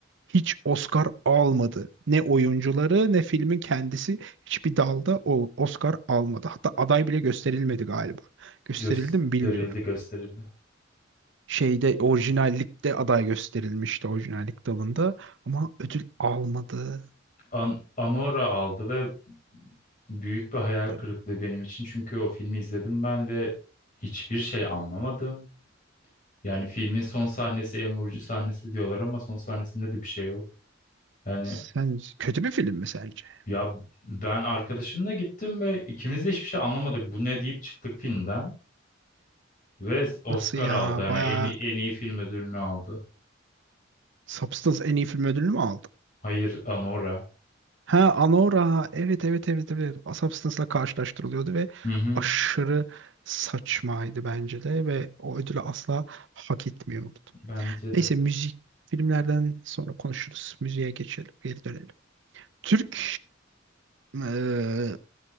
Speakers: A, on the right; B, on the left.
A: hiç Oscar almadı. Ne oyuncuları ne filmin kendisi hiçbir dalda o Oscar almadı. Hatta aday bile gösterilmedi galiba. Gösterildi
B: Gösterildi,
A: mi bilmiyorum.
B: gösterildi.
A: Şeyde orijinallikte aday gösterilmişti orijinallik dalında ama ödül almadı.
B: An Anora aldı ve büyük bir hayal
A: Da-
B: kırıklığı benim için. Çünkü o filmi izledim ben ve hiçbir şey anlamadım. Yani filmin son sahnesi en vurucu sahnesi diyorlar ama son sahnesinde de bir şey yok. Yani
A: Sen kötü bir film mi sence?
B: ya ben arkadaşımla gittim ve ikimiz de hiçbir şey anlamadık. Bu ne deyip çıktık filmden ve Oscar
A: Nasıl ya?
B: aldı. Hani
A: Bayağı
B: en iyi, en iyi film ödülünü aldı.
A: Substance en iyi film ödülünü mü aldı?
B: Hayır Anora.
A: Ha Anora evet evet evet evet Asap Sınıfı'la karşılaştırılıyordu ve
B: Hı hı,
A: aşırı saçmaydı bence de ve o ödülü asla hak etmiyordu.
B: bence
A: Neyse
B: de.
A: müzik filmlerden sonra konuşuruz. Müziğe geçelim geri dönelim. Türk eee,